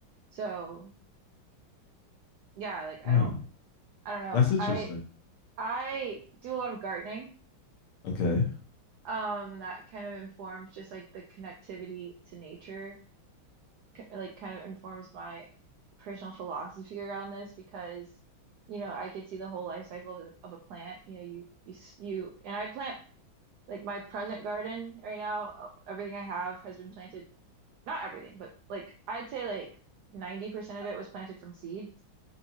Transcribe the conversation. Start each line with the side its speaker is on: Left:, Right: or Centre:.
Right: So, yeah, like I
Left: Oh,
Right: don't I don't know.
Left: That's interesting.
Right: I I do a lot of gardening.
Left: Okay,
Right: Um, and that kind of informs just like the connectivity to nature, k- like kind of informs my personal philosophy around this because, you know, I could see the whole life cycle of, a- of a plant. You know, you you s- you and I plant like my present garden right now. uh, Everything I have has been planted, not everything, but like I'd say like 90% of it was planted from seed.